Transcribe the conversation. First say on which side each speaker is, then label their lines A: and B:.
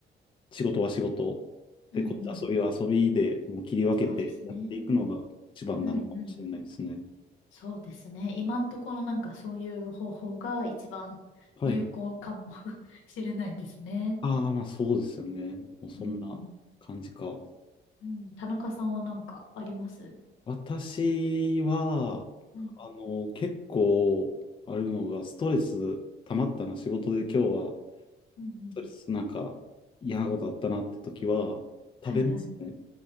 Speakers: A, on the left (about 25°); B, on the left (about 80°).
A: う、仕事は仕事、
B: うんうん。
A: で、こっち遊びは遊びで、もう切り分けてやっていくのが一番なのかもしれないですね。
B: そうですね。うんうんそうですね。今のところなんかそういう方法が一番有効かも
A: はい。
B: <laughs> しれないですね。
A: ああ、まあそうですよね。もうそんな
B: うん。
A: 感じか。
B: うん。田中さんはなんかあります
A: 私は、
B: うん。
A: あの、結構、あるのが、ストレス溜まったな、仕事で今日は、
B: うん。うんうん
A: ストレスなんか嫌なことあったなって時は、
B: はいはい。
A: 食べますね。